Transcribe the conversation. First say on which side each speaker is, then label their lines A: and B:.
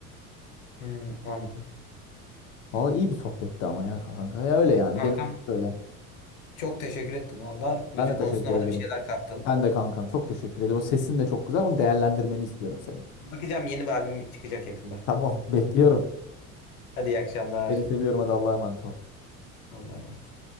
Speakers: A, on the left; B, on the left.
A: Hmm, anladım.
B: valla iyi bir sohbetti ama ya kanka. Ya öyle yani
A: Kankam
B: gene böyle.
A: çok teşekkür ettim valla. Müzik
B: Ben de teşekkür
A: konusunda bana
B: ederim.
A: bir şeyler kattın.
B: Sen de kankam çok teşekkür ederim. O sesin de çok güzel. Onu değerlendirmeni istiyorum senin.
A: Bakacağım yeni bir albüm çıkacak yakında.
B: Tamam bekliyorum.
A: Hadi iyi akşamlar.
B: Seni seviyorum hadi Allah'a emanet ol.
A: Allah'a emanet.